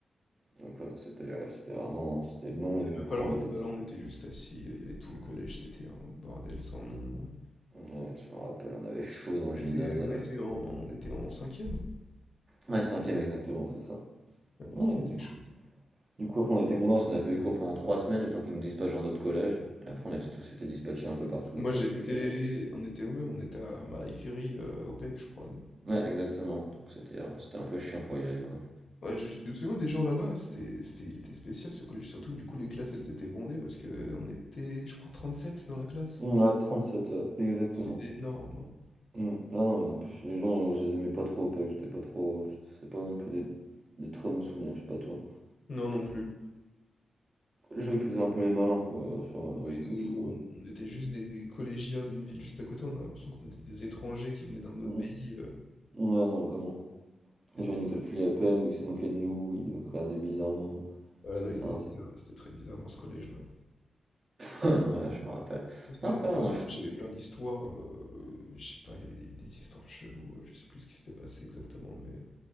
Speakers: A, on the right (about 40°); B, on the left (about 55°).
A: Donc, ouais, non, c'était ouais, c'était vraiment c'était long et
B: même
A: après
B: pas le droit
A: on était.
B: des ballons, on était juste assis, heu, il y avait tout le collège, c'était un bordel sans nom, heu.
A: Ouais, je me rappelle, on avait chaud dans
B: C'était
A: le gymnase à la
B: on était
A: fin.
B: en on était en cinquième
A: Ouais, cinquième exactement, c'est ça.
B: Vraiment,
A: Ouais,
B: c'était quelque
A: du coup,
B: chose.
A: du coup, après, on était contents parce qu'on n'a pas eu cours pendant trois semaines, le temps qu'ils nous dispatchent dans d'autres collèges. Et après, on était tous été dispatchés un peu partout,
B: Moi,
A: donc ça
B: j'étais
A: c'était galère.
B: on était au même? On était à Marie Curie, heu, au PEC, je crois, nous.
A: Ouais, exactement. Donc c'était euh, c'était un peu chiant pour y aller, quoi.
B: Ouais, je je me souviens des gens là-bas, c'était, c'était, il était spécial ce collège, surtout que du coup les classes elles étaient bondées parce que on était, je crois, 37 dans la classe.
A: Ouais, 37, ouais, exactement.
B: C'est énorme, non?
A: Mm. Non, non, en plus, les gens, je les aimais pas trop au PEC, j'étais pas trop. C'était pas non plus des, des très bons souvenirs, je sais pas toi.
B: Non, non plus.
A: Les gens, ils faisaient un peu les malins, quoi, sur- avec
B: Et nous,
A: nous, je trouvais.
B: on, on était juste des, des collégiens d'une ville juste à côté, on a l'impression qu'on était des étrangers qui venaient d'un autre
A: Mm.
B: pays,
A: Ouais,
B: euh,
A: non, vraiment. Les
B: c'était
A: gens
B: de
A: nous calculaient
B: la bulle.
A: à peine, ou ils se moquaient de nous, ils nous regardaient bizarrement.
B: Ah non, ils
A: Ah
B: étaient
A: non, c'est.
B: bizarres, ils étaient très bizarres dans ce collège-là.
A: <laughs> Ah non, ouais, je me rappelle.
B: Parce que
A: Non,
B: Dans,
A: après,
B: le-
A: ouais,
B: dans
A: moi,
B: ce collège,
A: je...
B: j'avais plein d'histoires, euh, je sais pas, il y avait des, des histoires cheloues, euh, je sais plus ce qui s'était passé exactement, mais...